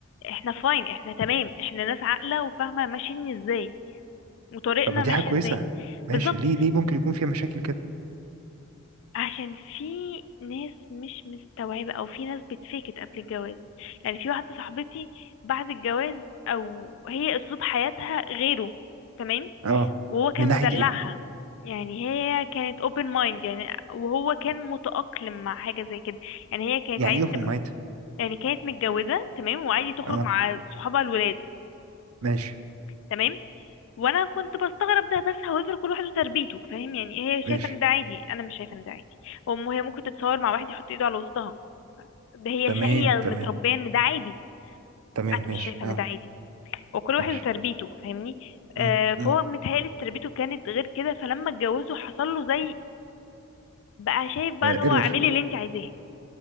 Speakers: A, on the left; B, on the right.
A: احنا فاين احنا تمام احنا ناس عاقلة وفاهمة ماشيين ازاي وطريقنا
B: طب ما دي
A: ماشي
B: حاجة كويسة
A: ازاي
B: ماشي
A: بالظبط
B: ليه ليه ممكن يكون فيها مشاكل كده
A: عشان في ناس مش مستوعبة او في ناس بتفيكت قبل الجواز يعني في واحدة صاحبتي بعد الجواز او هي اسلوب حياتها غيره تمام
B: اه
A: وهو كان
B: من ناحية
A: مدلعها
B: ايه
A: يعني هي كانت open mind يعني وهو كان متأقلم مع حاجة زي كده يعني هي كانت
B: يعني
A: عايزة
B: ايه اوبن
A: تبقى
B: مايند
A: يعني كانت متجوزة تمام وعادي تخرج
B: اه
A: مع صحابها الولاد
B: ماشي
A: تمام وانا كنت بستغرب ده بس however كل واحد وتربيته فاهم يعني هي شايفة
B: ماشي
A: ان ده عادي انا مش شايفة ان ده عادي وام هي ممكن تتصور مع واحد يحط ايده على وسطها ده هي
B: تمام
A: ش- هي
B: تمام
A: متربيه ان ده عادي
B: تمام
A: انا
B: ماشي
A: مش شايفه
B: اه
A: ان ده عادي وكل واحد
B: ماشي
A: وتربيته فاهمني آه
B: امم
A: فهو متهيألي تربيته كانت غير كده فلما اتجوزه حصل له زي بقى شايف بقى اللي هو
B: ايرور
A: اعملي اللي انت عايزاه